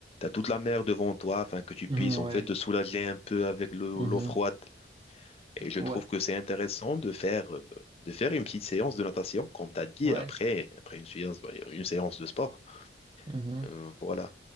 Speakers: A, on the left (about 35°); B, on the right (about 25°).
A: toute la mer devant toi afin que tu puisses,
B: Mhm,
A: en
B: ouais,
A: fait, te soulager un peu avec le-
B: Mhm.
A: l'eau froide. Et je trouve
B: ouais,
A: que c'est intéressant de faire, euh, de faire une petite séance de natation, comme tu as dit,
B: ouais,
A: après, après une séance, ouais, une séance de sport.
B: Mhm.
A: Euh, voilà.